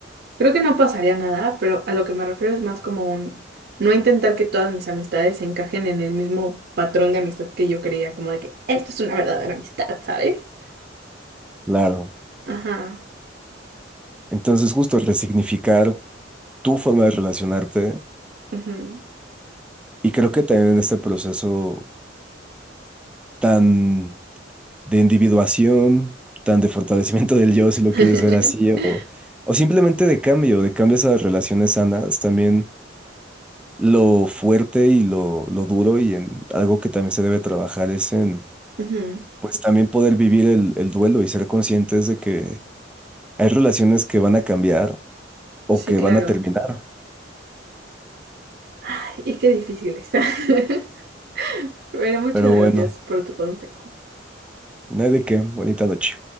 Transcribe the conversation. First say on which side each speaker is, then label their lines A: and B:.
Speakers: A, on the right; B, in the centre.
A: Creo que no pasaría nada, pero a lo que me refiero es más como un no intentar que todas mis amistades se encajen en el mismo patrón de amistad que yo creía, como de que esto es una verdadera amistad, ¿sabes?
B: Claro.
A: Ajá.
B: Entonces, justo resignificar tu forma de relacionarte,
A: ujú.
B: y creo que también en este proceso tan de individuación, tan de fortalecimiento del yo, si lo
A: <laughs>
B: quieres ver así, o, o simplemente de cambio, de cambios a las relaciones sanas, también lo fuerte y lo, lo duro y en algo que también se debe trabajar es en,
A: Ujú,
B: pues también poder vivir el, el duelo y ser conscientes de que hay relaciones que van a cambiar o
A: Sí,
B: que
A: claro.
B: van a terminar,
A: Ay, y qué difícil es. <laughs> Pero muchas
B: pero
A: gracias
B: bueno,
A: por tu consejo.
B: no hay de qué, bonita noche.